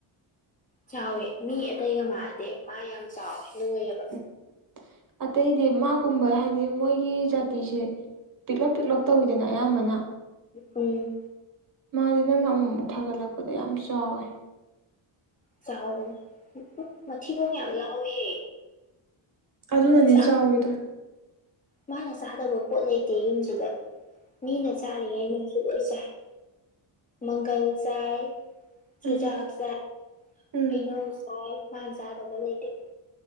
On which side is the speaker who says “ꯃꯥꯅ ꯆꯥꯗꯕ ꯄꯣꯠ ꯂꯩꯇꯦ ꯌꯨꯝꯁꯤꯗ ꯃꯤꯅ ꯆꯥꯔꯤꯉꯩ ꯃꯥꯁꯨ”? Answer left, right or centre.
Left